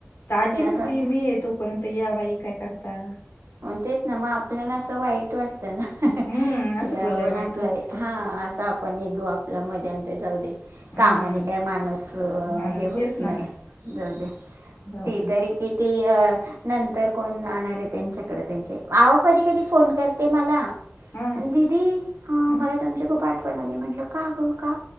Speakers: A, on the left; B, on the right.
A: त आजी
B: ते असं
A: म्हणती.
B: वाटतं
A: ती मी ये तोपर्यंत. या बाई! काय करता?
B: म तेच ना मग आपल्याला असं वाईट वाटत. कीण
A: हम्म असं बोलल्यावर वाईट
B: आपला
A: वाटत
B: हा असा आपण एक गो- मध्ये आंत जाऊदे.
A: हम्म
B: कामाने काही माणसं,
A: माणूस
B: हे होत
A: तेच
B: नाही
A: ना
B: जाऊदे
A: जाऊदे
B: ती तरी किती? अ नंतर कोण? त्यांच्याकड त्यांचे कधी? कधी? फोन करते मला
A: हा
B: आणि दीदी मला
A: हा,
B: तुमची खूप आठवण- म्हणाली म्हटलं का गं का?